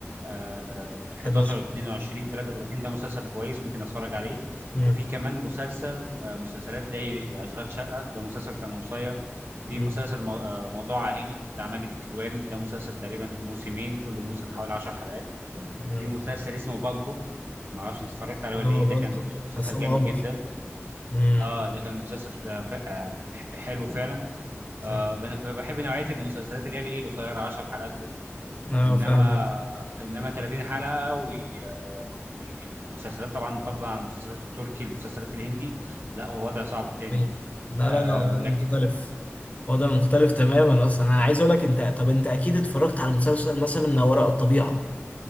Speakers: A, on the right; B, on the left.
A: آه، آه، 11
B: 11
A: 22 33 ده مسلسل كويس ممكن اتفرج عليه
B: مم.
A: وفي كمان مسلسل آه، مسلسلات زي اشغال شقه ده مسلسل كان قصير في
B: مم.
A: مسلسل مو- آه، موضوع عائلي بتاع ماجد الكدواني ده مسلسل تقريبا موسمين كل موسم حوالي 10 حلقات
B: مم.
A: في مسلسل اسمه بالطو ما اعرفش انت اتفرجت عليه ولا
B: اه
A: ايه
B: بلطو
A: ده كان في- مسلسل
B: عصام
A: جامد
B: عمر
A: جدا
B: امم
A: اه ده كان مسلسل آه، ف- آه، حلو فعلا آه
B: صح.
A: انا فبحب نوعيه المسلسلات اللي هي الايه القصيره 10 حلقات دي.
B: اه
A: انما
B: فاهمك
A: انما 30 حلقه و آه، والمسلسلات طبعا فضلا عن المسلسلات التركي المسلسلات الهندي لا هو وضع صعب تاني
B: مين؟ لا
A: آه
B: لا لا وضع
A: لكن
B: مختلف وضع مختلف تماما اصلا انا عايز اقول لك انت طب انت اكيد اتفرجت على مسلسل مثلا ما وراء الطبيعة